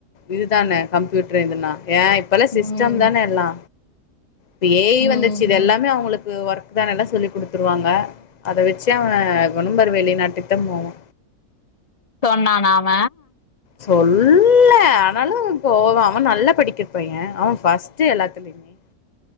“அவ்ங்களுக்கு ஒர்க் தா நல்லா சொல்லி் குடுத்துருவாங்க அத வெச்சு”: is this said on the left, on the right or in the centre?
Left